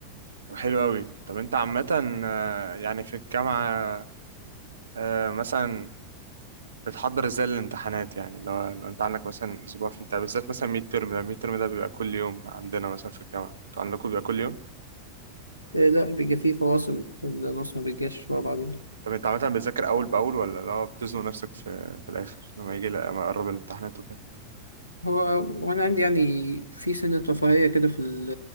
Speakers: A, on the right; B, on the left.
A: طب حلو قوي طب انت عامة آه، يعني في الجامعة آه، مثلا بتحضر ازاي للامتحانات يعني لو لو انت عندك مثلا اسبوع في امتحان بالذات مثلا ميد ترم ده ميد ترم ده بيبقى كل يوم عندنا مثلا في الجامعة انتوا عندكم بيبقى كل يوم
B: إيه لا بيبقى فيه فواصل في النص ما بيجاش ورا بعضين
A: طب انت عامة بتذاكر اول باول ولا لا بتزنق نفسك في في الاخر لما يجي لما يقرب الامتحانات وكده
B: هو وانا عندي يعني في سنة رفاهية كده في ال-